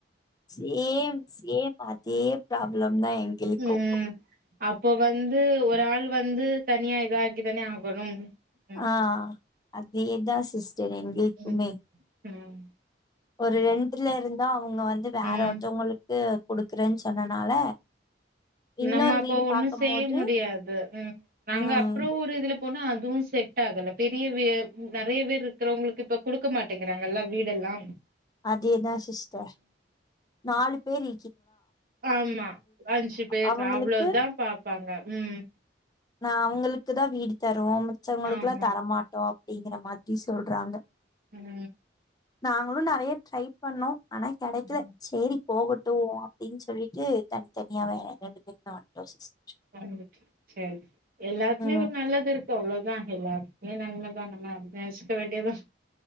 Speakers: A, on the left; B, on the right.
A: சேம் சேம் அதே பராப்ளம் தா எங்களுக்கு
B: ம் அப்போ வந்து ஒரு ஆள் வந்து தனியா இதாக்கி தானே ஆகணும் ம்
A: ஆ அதேதா சிஸ்டர் எங்களுக்குமே
B: ம் ம்
A: ஒரு ரெண்ட்டுல இருந்தா அவுங்க வந்து வேற
B: ம்
A: ஒருத்தவங்களுக்கு குடுக்குறேன்னு சொன்னனால இன்னொரு
B: நம்ம அப்போ
A: வீடு
B: ஒன்னும்
A: பாக்கும்போது
B: செய்ய முடியாது ம் நாங்க
A: ம்
B: அப்புற ஒரு இதுல போனா அதுவு செட் ஆகல பெரிய வீ நெறைய பேர் இருக்கிறவங்களுக்கு இப்ப குடுக்க மாட்டேங்கிறாங்கல்ல வீடல் லா
A: அதேதா சிஸ்டர் நாலு பேரு
B: ஆமா அஞ்சு பேரு
A: அவங்களுக்கு
B: அவ்ளோதா பாப்பாங்க ம்
A: நா அவுங்களுக்குதா வீடு தருவோ மிச்சவங்களுக்குல்லா
B: ஆமா
A: தரமாட்டோ அப்டிங்கிற மாதிரி சொல்றாங்க
B: ம்
A: நாங்களு நேறைய ட்ரை பண்ணோ ஆனா கெடைக்கல
B: ம்.
A: சேரி போகட் டு அப்டின்னு சொல்லிட்டு தனித்தனியாவே ரெண்டு பேரு வந்ட்டோ சிஸ்
B: வந்துட்டு சேரி எல்லாத்துலியு
A: ம்
B: ஒரு நல்லது இருக் கு அவ்ளோதா எல்லாத்துக்குமே நன்மதா நம்ம அப்டி நெனச்சிக்க வேண்டியதா